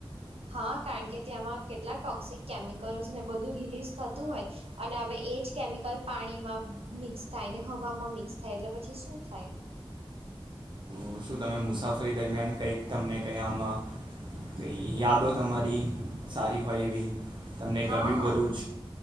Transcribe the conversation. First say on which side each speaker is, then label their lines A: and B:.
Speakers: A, on the right; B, on the right.
A: હા, કારણ કે ત્યાંમાં કેટલા ટોક્સિક કેમિકલ્સ ને બધું રિલીઝ થતું હોય અને હવે એજ કેમિકલ પાણીમાં મિક્સ થાય ને હવામાં મિક્સ થાય એટલે પછી શું થાય?
B: હ સુ તમે મુસાફરી દરમિયાન કંઈક તમને કંઈ આમાં કઈ યાદો તમારી સારી હોય એવી તમને
A: હા
B: ગમ્યું ભરૂચ